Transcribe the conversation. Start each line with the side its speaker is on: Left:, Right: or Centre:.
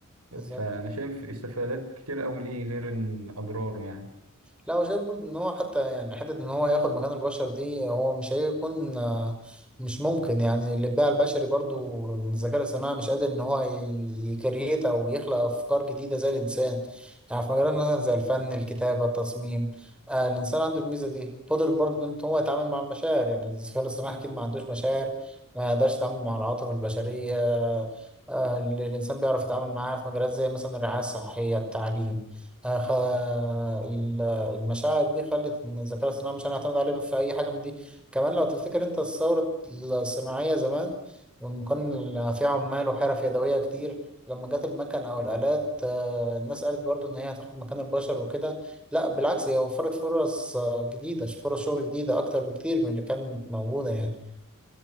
Centre: بالظبط
Right: فانا شايف استفادات كتير قوي ليه غير إن اضراره يعني
Centre: لا وشايف برضه ان هو حتى يعني حته ان هو ياخد مكان البشر دي هو مش هيكون آه، مش ممكن يعني الابداع البشري برضه الذكاء الاصطناعي مش قادر ان هو يكريت او يخلق افكار جديده زي الانسان يعني في مجالات مثلا زي الفن الكتابه التصميم آه الانسان عنده الميزه دي قدر برضه ان هو يتعامل مع المشاعر يعني الذكاء الاصطناعي اكيد ما عندوش مشاعر ما يقدرش يتعامل مع العواطف البشريه آه اللي الانسان بيعرف يتعامل معاها في مجالات زي مثلا الرعايه الصحيه التعليم آه، خ- المشاعر دي خلت ان الذكاء الصناعي مش هنعتمد عليه في اي حاجه من دي كمان لو تفتكر انت الثوره الصناعيه زمان لما كان في عمال وحرف يدويه كتير لما جت المكن او الالات آه، الناس قالت برضو ان هي هتاخد مكان البشر وكده لا بالعكس هي وفرت فرص آه، جديده فرص شغل جديده اكتر بكتير من اللي كانت موجوده يعني